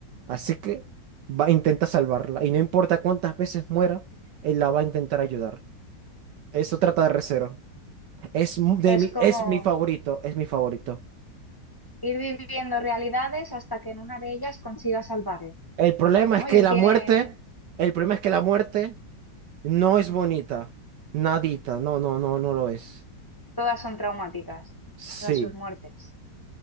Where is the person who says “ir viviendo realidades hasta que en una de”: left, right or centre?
Left